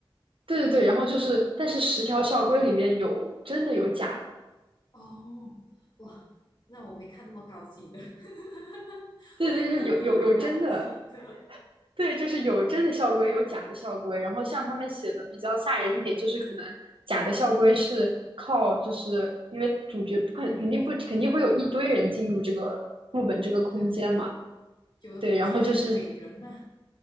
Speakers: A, on the right (about 75°); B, on the left (about 55°).
A: 对对对，然后就是，但是十条校规里面有真的有假的。
B: 哦，哇，那我没看那么高级的，<laughs>
A: 对对，
B: 我没看过这么高级的。
A: 就是有有有真的，对，就是有真的校规，有假的校规。然后像他们写的比较吓人一点，就是可能假的校规是靠，就是因为主角不肯肯定不肯定会有一堆人进入这个副本这个空间嘛，
B: 对对对，有的同学是伟人嘛。
A: 对，然后就是